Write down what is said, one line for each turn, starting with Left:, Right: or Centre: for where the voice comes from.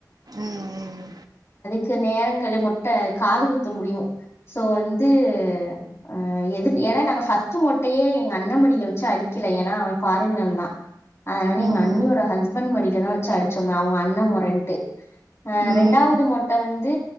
Right: ம் ம்
Left: சில நேரங்கள மொட்டை காது குத்த முடியு சோ வந்து அ எதிர் ஏன்னா நாங்க ஃபஸ்ட் மொட்டையே எங்க அண்ண மடியில வச்சு அடிக்கல ஏன்னா அவன் ஃபாரின்ல இருந்தா அதனால எங்க
Right: ம்.
Left: அண்ணியோட
Right: ம்,
Left: ஹஸ்பண்ட் மடியில தா வச்சு அடிச்சோ அவங்க அண்ண மொறைன்ட்டு அ
Right: ம்.
Left: ரெண்டாவது மொட்டை வந்து